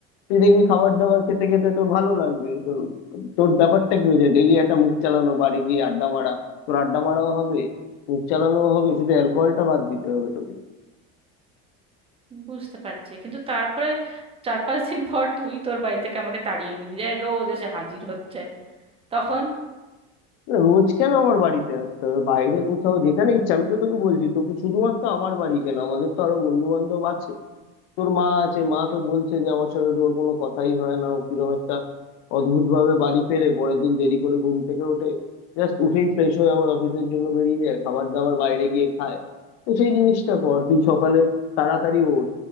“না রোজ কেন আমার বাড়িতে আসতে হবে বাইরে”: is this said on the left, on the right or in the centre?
Left